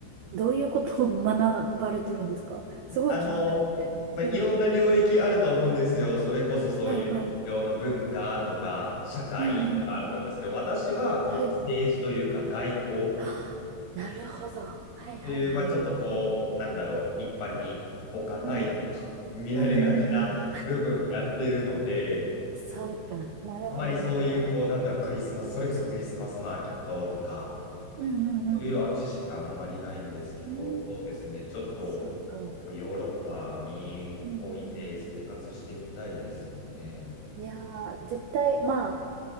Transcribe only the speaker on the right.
どういうことを学ばれてるんですかすごい気になって。
うん。
はいはい。
うんうんうん。
はい。
あ、なるほど。はいはいはい。
うん。
うんうんうん。そうか。なるほど、
なるほど。
うんうんうん。
うん。
そうか。
うんうんうん。いやー、絶対、まあ、